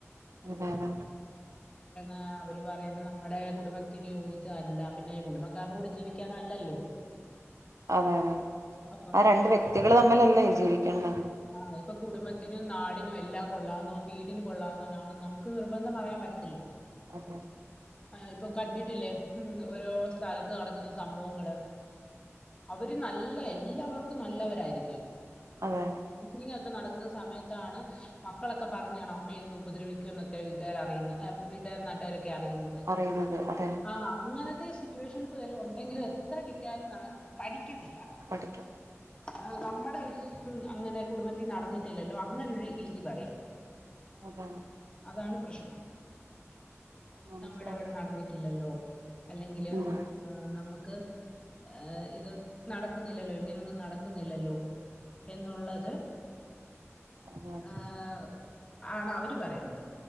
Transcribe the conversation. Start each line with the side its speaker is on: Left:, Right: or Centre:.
Right: അതെ അതെ
Left: ആ അവര് പറയുന്നത് നമ്മടെ കുടുംബത്തിന് യോജിച്ച അല്ല പിന്നെ കുടുംബ ക്കറോട് ജീവിക്കാനല്ലല്ലോ?
Right: അതെ അതെ
Left: അപ്പം
Right: ആ രണ്ട് വ്യക്തികള് തമ്മിലല്ലേ ജീവിക്കേണ്ടത്?
Left: ആ ഇപ്പൊ കുടുംബത്തിനും നാടി നും എല്ലാം കൊള്ളാവുന്നോൻ വീടിന് കൊള്ളാവുന്നോനാണെന്ന് നമുക്ക് നിർബന്ധം പറയാൻ പറ്റത്തില്ലല്ലോ?
Right: അതെ.
Left: ആ ഇപ്പം കണ്ടിട്ടില്ലേ ഉം ഓരോ സ്ഥലത്ത് നടക്കുന്ന സംഭവങ്ങള്. അവര് നല്ല എല്ലാവർക്കും നല്ലവരായിരിക്കും.
Right: അതെ
Left: ലിങ്ങൊക്കെ നടക്കുന്ന സമയത്താണ് മക്കളൊക്കെ പറഞ്ഞേക്കണേ അമ്മേ എന്നും ഉപദ്രവിക്കുന്നൊക്കെ വീട്ടുകാർ അറിയുന്നെ അ വീട്ടാരും നാട്ടാരൊക്കെ അറിയുന്നത്
Right: അറിയുന്നത് അതെ
Left: ആഹ് അങ്ങനെ <unintelligible> ഈ സിറ്റുവേഷൻസ് വരെ ഒണ്ടെങ്കിലും എത്ര കിട്ടിയാലും നാ പഠിക്കത്തില്ല.
Right: പഠിക്കും
Left: ആ നമ്മടെ അങ്ങനെ കുടുംബത്തി നടന്നിട്ടില്ലല്ലോ അങ്ങനൊരു രീതി പറിയും
Right: അതെ
Left: അതാണ് പ്രശ്നം.
Right: മനസ്സിലാവും
Left: നമ്മടെ ഇവിടെ നടന്നിട്ടില്ലല്ലോ? അല്ലെങ്കില്
Right: ഉം
Left: ആ നമ്മക്ക് ഏഹ് ഇത് നടക്കുന്നില്ലല്ലോ ഇങ്ങനൊന്നും നടക്കുന്നില്ലല്ലോ? എന്നുള്ളത്
Right: അതെ അതെ
Left: ആഹ് ആണ് അവര് പറയുന്നത്.